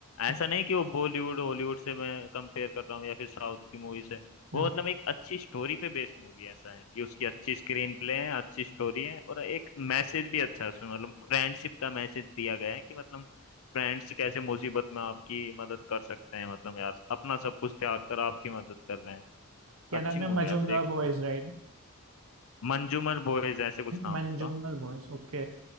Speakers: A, on the left (about 65°); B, on the right (about 65°).
A: ऐसा
B: हम्म,
A: नहीं कि वो बॉलीवुड हॉलीवुड से मैं कंपेयर कर रहा हूँ या फिर साउथ की मूवी से वो
B: हम्म।
A: मतलब एक अच्छी स्टोरी पे बेस्ड मूवी ऐसा है कि उसकी अच्छी स्क्रीन प्ले है अच्छी स्टोरी है और एक मैसेज भी अच्छा है उसमें मतलब फ्रेंडशिप का मैसेज दिया गया है कि मतलब फ्रेंड्स कैसे मुसीबत में आपकी मदद कर सकते हैं मतलब यार अपना सब कुछ त्याग कर आपकी मदद कर रहे हैं
B: क्या
A: अच्छी
B: नाम
A: मूवी
B: है Majumdar
A: आप देख
B: boys right
A: मंजूमर बॉयज ऐसे कुछ नाम
B: Manjumdar
A: उसका
B: boys okay